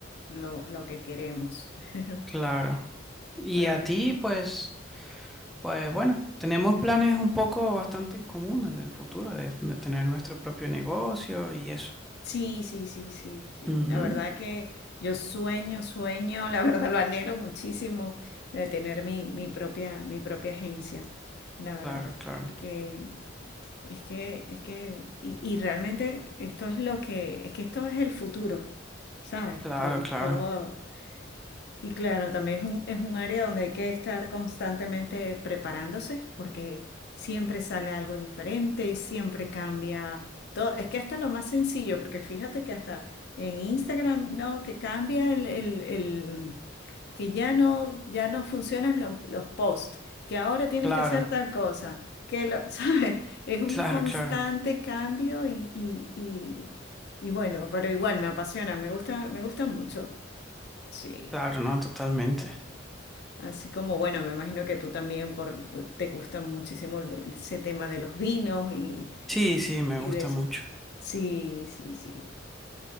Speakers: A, on the left (about 60°); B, in the centre.
A: lo, lo que queremos. <laughs>
B: Claro. Y
A: Pero
B: a ti, pues, pues bueno, tenemos planes un poco bastante en común en el futuro, de, de tener nuestro propio negocio y eso.
A: Sí, sí, sí, sí, sí.
B: Ujú,
A: La verdad que yo sueño, sueño, la <laughs> verdad lo anhelo muchísimo de tener mi, mi propia, mi propia agencia, la verdad.
B: Claro, claro,
A: Porque es que, es que, y, y realmente esto es lo que, es que esto es el futuro, ¿sabes?
B: claro,
A: Todo,
B: claro,
A: todo. Y claro, también es un, es un área donde hay que estar constantemente preparándose porque siempre sale algo diferente, siempre cambia todo. Es que hasta lo más sencillo, porque fíjate que hasta en Instagram, no, que cambia el, el- el- que ya no, ya no funcionan los, los posts, que ahora tienes
B: claro,
A: que hacer tal cosa, que lo, <laughs> ¿sabes? Es un
B: claro,
A: constante
B: claro,
A: cambio y, y, y, y bueno, pero igual me apasiona, me gusta, me gusta mucho. Sí.
B: claro, no, totalmente.
A: Así como, bueno, me imagino que tú también por, por- te gusta muchísimo el- ese tema de los vinos y,
B: Sí, sí, me
A: y
B: gusta
A: de eso.
B: mucho.
A: Sí, sí, sí.